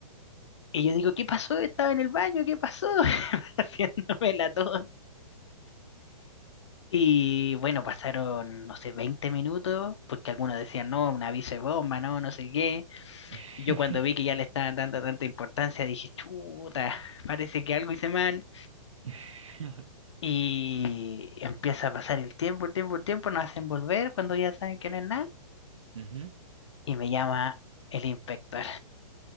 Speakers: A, on the left; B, on the right.
A: Y yo digo, ¿qué pasó? Estaba en el baño, ¿qué pasó? <laughs> Haciéndome la tos. Y bueno, pasaron, no sé, 20 minutos, porque algunos decían, no, un aviso de bomba, no, no sé qué.
B: <laughs>
A: Y yo cuando vi que ya le estaban dando tanta importancia, dije, chuta, parece que algo hice mal.
B: <laughs>
A: Y empieza a pasar el tiempo, el tiempo, el tiempo, nos hacen volver cuando ya saben que no es nada.
B: Ujú,
A: Y me llama el inspector,